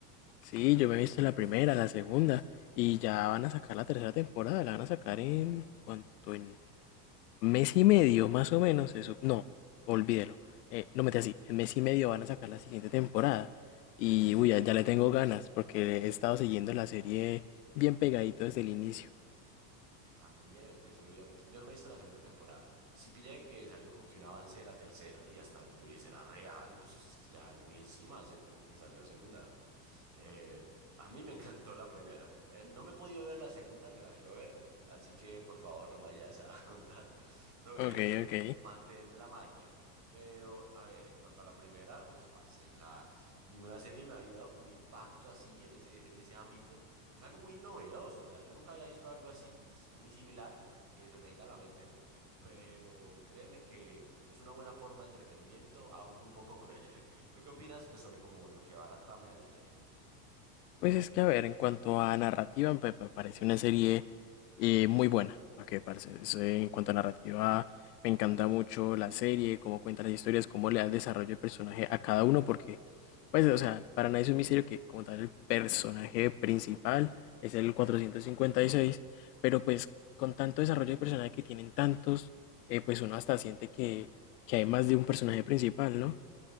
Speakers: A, on the left (about 80°); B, on the right (about 35°).
A: Sí, yo me he visto la primera, la segunda, y ya van a sacar la tercera temporada, la van a sacar en cuanto en mes y medio, más o menos, eso, no, olvídelo, eh, no mete así, en mes y medio van a sacar la siguiente temporada, y uy, ya, ya le tengo ganas, porque he estado siguiendo la serie bien pegadito desde el inicio.
B: Yo también, pues obviamente yo no me he visto la segunda temporada. Sí pillé que salió como que un avance de la tercera y hasta yo dije, ¿será real? Pues es que ya es muy encima, hace poco que salió la segunda. Eh, a mí me encantó la primera. Eh, no me he podido ver la segunda, me la quiero ver. Así que por favor no me vayas a <laughs> contar sobre
A: Ok,
B: eso.
A: ok.
B: Mantén la magia. Pero, a ver, en cuanto a la primera, uff, parce, o sea, ninguna serie me había dado como un impacto así en ese, en ese ámbito. Es algo muy novedoso, o sea, yo nunca había visto algo así, s- ni similar, que se me venga a la mente. Pero créeme que es una buena forma de entretenimiento, aunque un poco cruel. <laughs> ¿Tú qué opinas, pues, sobre como lo que va la trama de la serie?
A: Pues es que, a ver, en cuanto a narrativa, me pa- parece una serie eh, muy buena. ¿Para qué, parce? Es, eh, en cuanto a narrativa, me encanta mucho la serie, cómo cuenta las historias, cómo le da el desarrollo del personaje a cada uno, porque, pues, o sea, para nadie es un misterio que, como tal, el personaje principal es el cuatrocientos cincuenta y seis pero pues con tanto desarrollo de personaje que tienen tantos, eh, pues uno hasta siente que, que hay más de un personaje principal, ¿no?